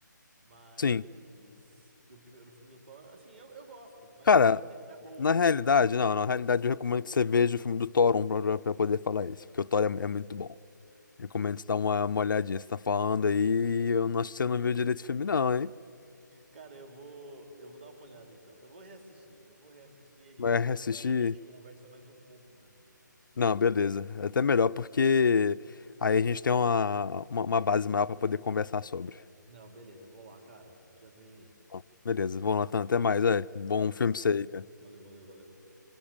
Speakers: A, on the right; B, on the left.
A: Mas.
B: Sim.
A: Porque o primeiro filme do Thor, assim, eu, eu gosto, mas
B: Cara,
A: eu sei que não é bom,
B: na realidade,
A: né?
B: não, na realidade eu recomendo que você veja o filme do Thor um pra, pra- pra poder falar isso, porque o Thor é, é muito bom. Recomendo você dar uma, uma olhadinha. Você tá falando aí, eu não acho que você não viu direito esse filme, não, hein?
A: Cara, eu vou, eu vou dar uma olhada então. Eu vou reassistir, eu vou reassistir a gente
B: Vai
A: volta
B: assistir.
A: aqui e a gente conversa mais um pouco, mano.
B: Não, beleza. É Até melhor, porque aí a gente tem uma, uma, uma base maior para poder conversar sobre.
A: Não, beleza, vou lá, cara. Já vem aí.
B: Bom, Beleza, vamos lá, Tan. Até mais, é. Bom
A: Até mais.
B: filme pra você aí, cara.
A: Valeu, valeu, valeu.